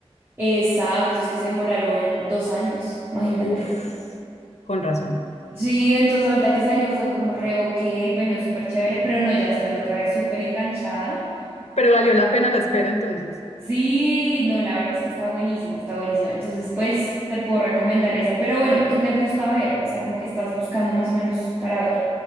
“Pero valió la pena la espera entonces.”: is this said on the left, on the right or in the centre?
Left